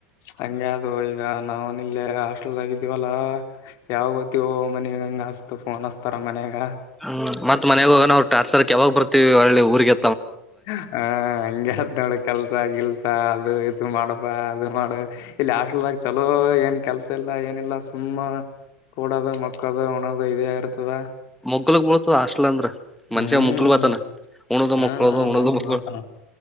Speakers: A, on the left (about 50°); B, in the centre.
A: ಹಂಗಗೆ ಅದು ಈಗ ನಾವವು ನಿ ಇಲ್ಲೇ ಹಾಸ್ಟೆಲ್ ಆಗಿದ್ದೀವಲ್ಲ ಯಾವ ಗಓತ್ತೀವೋ ಮನ ಗಾಸ್ತಫೋನ್ ಅಸ್ತಾರ ಮನೆಾಗ
B: ಹ್ಮ್ ಮತ್ ಮನಯಾಗ ಹೋಗಣ ಅವ್ರು ಟಾರ್ಚರ್ಕ್ ಯಾವಾಗ ಬರ್ತಿವಿ ಒಳ್ಳೆ ಊರ್ಗೆ
A: ಹಾ ಹಂಗಗೆತ್ ನೋಡಿ ಕೆಲ್ಸ ಆಗಿಲ್ ಅದು ಇದ ಮಾಡಪ್ಪಾ ಅದು ಮಾಡ ಇಲ್ಲಿ ಹಾಸ್ಲ್ಗ ಚಲೋ ಏನ್ ಕೆಲ್ಸ ಇಲ್ಲ ಏನಿಲ್ಲ ಸು ನಮ್ಮ ಕೂಡದ ಮಕ್ಕದು ಹಣದು ಇದೇ ಇರ್ತದ
B: ಮೊಗ್ಲಗ್ ಬಳ್ತದ ಆಷ್ಟಲ್ ಅಂದ್ರ
A: ಹ್ಮ್
B: ಮನುಷೆ ಮುಕ್ಲುವತನಾ ಒ್ಣದು
A: ಹಾ
B: ಮಕ್ಳೋದು
A: ಹಾ ಮೊದ್ಲು
B: ಒದು ಮಳ
A: ನೋಡ್ತಾನ